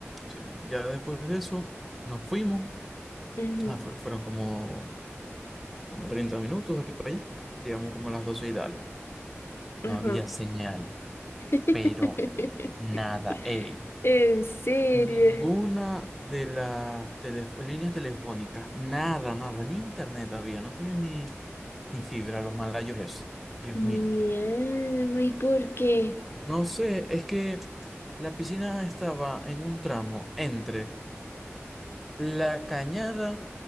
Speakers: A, in the centre; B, on the left.
A: Sí, ya después de eso nos fuimos,
B: Ujú,
A: Ah, fue- fueron como, como 30 minutos de aquí para allá, digamos como las doce y dale.
B: Ajá.
A: No había señal,
B: <laughs>
A: pero nada, ey.
B: En serio.
A: Ninguna de las telef- líneas telefónicas, nada, nada, ni internet había, no tenían ni, ni fibra los malayos eso. Dios
B: Mi
A: mío.
B: alma, ¿y por qué?
A: No sé, es que la piscina estaba en un tramo entre la Cañada